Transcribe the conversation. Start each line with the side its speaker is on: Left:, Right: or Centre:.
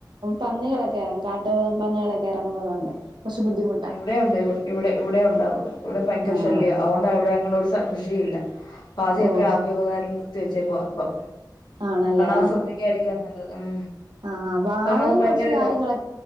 Right: പന്നികളൊക്കെ ഇറങ്ങ കാ ട്ട് പന്നികളൊക്കെ ഇറങ്ങുന്നത് കൊണ്ട് കൊർച്ച്‌ ബുദ്ധിമു
Left: ഇവിടെ ഒണ്ട് ഇവിടെ ഇവിടെ ഉണ്ടാവാ ഇവിടെ ഇവിടെ ഭയങ്കര
Right: ആഹ്
Left: ശല്യാ അതോണ്ടാ ഇവിടെ ഞങ്ങള് ഒരു കൃഷിയില്ല പാതിയൊക്കെ
Right: ഓഹ്
Left: ആക്കിന്നൽ നിർത്തി വെച്ചേക്ക അപ്പൊ
Right: ആണല്ലേ
Left: കണ്ണാതെ ശ്രദ്ധിക്കായിരിക്കും കെയാ നല്ലത് ഉം
Right: ആഹ് വാഴയും
Left: കാരണം അത് ഭയങ്കര
Right: കുറച്ചു കാര്യങ്ങള
Left: ഇതാ